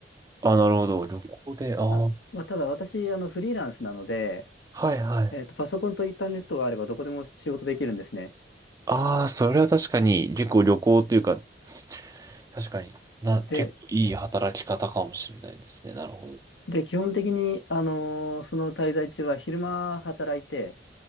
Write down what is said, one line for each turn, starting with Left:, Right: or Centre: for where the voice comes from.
Right: あ、なるほど。旅行で、ああ、
Left: あ、
Right: は
Left: まあ、ただ私、あの、フリーランスなので、
Right: いはい。
Left: えっと、パソコンとインターネットがあればどこでも仕事できるんですね。
Right: ああ、それは確かに、結構旅行というか、確かにな、
Left: で、
Right: 結構いい働き方かもしれないですね。なるほど。
Left: で、基本的に、あのーその滞在中は昼間働いて、